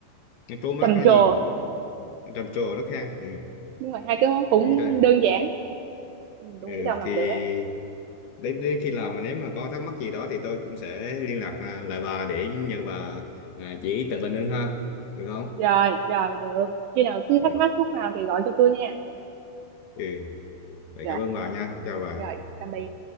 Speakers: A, on the left (about 65°); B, on the right (about 75°).
A: nó trố mắt
B: trầm
A: nó
B: trồ
A: nhìn nó trầm trồ nó khen ừ.
B: đúng rồi hai cái món cũng
A: Ừ, Đây.
B: đơn giản ừ,
A: Ừ,
B: tôi nghĩ Đồng làm
A: thì
B: được á
A: đến đến khi làm mà nếu mà có thắc mắc gì đó thì tôi cũng sẽ liên lạc à, lại bà để nhờ bà à, chỉ tận tình hơn ha được không
B: rồi rồi được khi nào cứ
A: ừ.
B: thắc mắc lúc nào thì gọi cho tôi nha
A: ừ. Vậy
B: rồi
A: cảm ơn bà nha chào bà
B: rồi tạm biệt